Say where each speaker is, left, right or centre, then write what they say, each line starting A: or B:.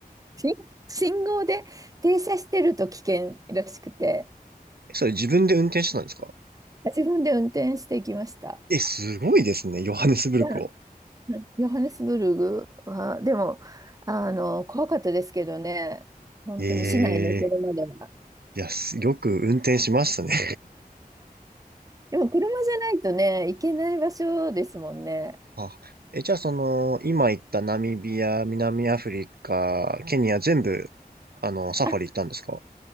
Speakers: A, on the right; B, on the right.
A: し信号で停車してると危険らしくて。
B: <laughs> えそれ自分で運転してたんですか
A: 自分で運転していきました。
B: え、すごいですね。ヨハネスブルクを。
A: じゃあうんヨハネスブルグは、でも、あの、怖かったですけどね、本当に市内の車では。
B: ええいや、す <laughs> よく運転しましたね。
A: でも、車じゃないとね、行けない場所ですもんね。
B: <laughs> あ、え、じゃあその、今言ったナミビア、南アフリカ、ケニア全部、あの、サファリ行ったんですか
A: あ、